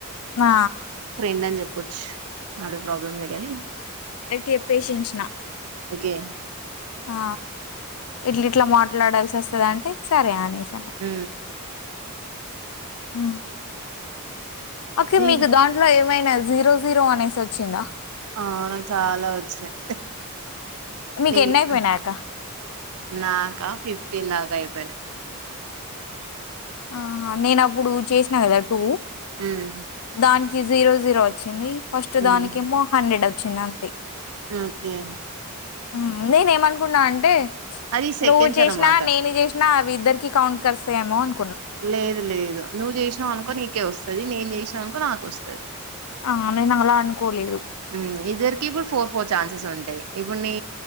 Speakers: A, on the left; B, on the right.
A: ఆ
B: ఫ్రెండ్ అని జెప్ ఒచ్చ అడు ప్రాబ్లంలెగని
A: చెప్పేశిన్సిన
B: ఒకే
A: ఆ ఇట్లిట్లా మాట్ మాట్లాడాల్సి అస్తది అంటే సరే అనేస్
B: ఊ
A: ఉ ఓకే
B: నీది
A: మీక్ దాంట్లో ఏమైనా జీరో జీరో అనేసోచ్చిందా
B: ఆ నాకు చాలా వచ్చాయ్,
A: మీకు
B: నీక్
A: ఎన్ని అయిపోయినాయి అక్క
B: నాక ఫిఫ్టీన్ దాకా అయిపోయినయ్.
A: ఆహా నేను అప్పుడు చేసిన కదా టూ
B: ఉమ్
A: దాన్ కి జీరో జీరో వచ్చింది. ఫస్ట్
B: ఉమ్
A: దానికేమో హండ్రెడ్ అచ్ చ్చిందంతె
B: ఓకే
A: ఉమ్ నేనేమనుకున్నా అంటే
B: అది సెకండ్స్
A: నువ్వు చేసినా,
B: అన్నమాట
A: నేను చేసిన మీ ఇద్దరికి కౌంట్స్ కలుస్తయేమో అన్
B: లేదు లేదు నువ్వు చేసినవు అనుకో నీకే వస్తది, నేను చేసిననుకో నాకు వస్తది.
A: ఆ నేను అలా అనుకోలేదు
B: ఉమ్ ఇద్దరికి ఇప్పుడు ఫోర్ ఫోర్ ఛాన్సెస్ ఉంటయ్. ఇప్పుడు నీ